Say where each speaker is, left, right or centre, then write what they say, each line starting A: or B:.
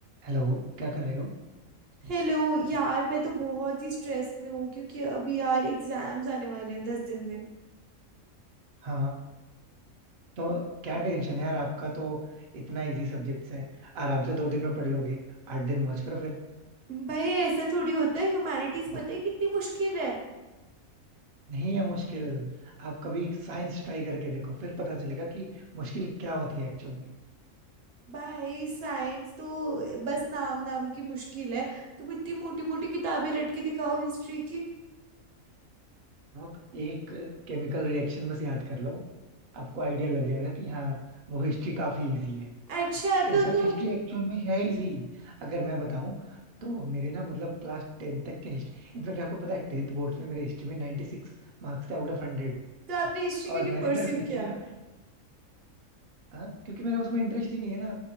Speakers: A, on the right; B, on the right.
A: Hello क्या कर रहे हो
B: Hello यार मैं तो बहुत ही स्ट्रेस में हूँ क्योंकि अभी यार एग्जाम्स आने वाले हैं दस दिन में
A: हाँ तो क्या टेंशन है यार आपका तो इतना इजी सब्जेक्ट्स है आराम से दो दिन में पढ़ लोगे आठ दिन मौज करो फिर
B: भाई ऐसा थोड़ी होता है ह्यूमैनिटीज पता है कितनी मुश्किल है
A: नहीं है मुश्किल आप कभी साइंस ट्राई करके देखो फिर पता चलेगा कि मुश्किल क्या होती है एक्चुअल में
B: भाई साइंस तो बस नाम नाम की मुश्किल है तुम इतनी मोटी मोटी किताबें रट के दिखाओ हिस्ट्री की
A: आप एक केमिकल रिएक्शन बस याद कर लो आपको आइडिया लग जाएगा कि हाँ वो हिस्ट्री काफी इजी है
B: अच्छा
A: इनफैक्ट
B: तो तुम
A: हिस्ट्री एक्चुअल में है इजी अगर मैं बताऊं तो मेरे ना मतलब क्लास टेंथ तक के हिस्ट्री इनफैक्ट आपको पता है टेंथ बोर्ड में मेरे हिस्ट्री में 96 मार्क्स थे आउट ऑफ हंड्रेड
B: तो आपने हिस्ट्री
A: और
B: क्यों नहीं
A: मैंने
B: परस्यू
A: ना लिटरली
B: किया
A: हाँ क्योंकि मेरा उसमें इंटरेस्ट ही नहीं है ना